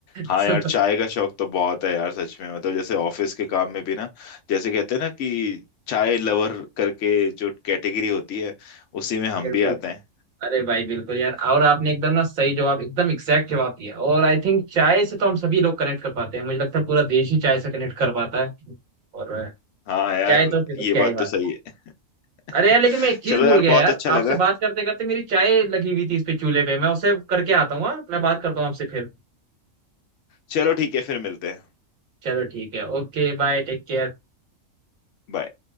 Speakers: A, on the left; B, on the right.
A: हाँ
B: So,
A: यार चाय का शौक तो बहुत है यार सच में मतलब जैसे ऑफिस के काम में भी ना जैसे कहते हैं ना कि चाय लवर करके जो कैटेगरी होती है उसी में हम
B: बिल्कुल
A: भी आते हैं
B: अरे भाई बिल्कुल यार और आपने एकदम ना सही जवाब एकदम एग्जैक्ट जवाब दिया और आई थिंक चाय से तो हम सभी लोग कनेक्ट कर पाते हैं मुझे लगता है पूरा देश ही चाय से कनेक्ट कर पाता है और अ,
A: हाँ यार
B: चाय तो फिर तो
A: ये
B: क्या
A: बात
B: ही बात
A: तो सही है <laughs>
B: है अरे यार लेकिन मैं एक चीज
A: चलो यार
B: भूल गया
A: बहुत
B: यार
A: अच्छा लगा
B: आपसे बात करते करते मेरी चाय लगी हुई थी इस पे चूल्हे पे मैं उसे करके आता हूँ हाँ? मैं बात करता हूँ आपसे फिर
A: चलो ठीक है फिर मिलते हैं
B: चलो ठीक है ओके बाय टेक केयर
A: बाय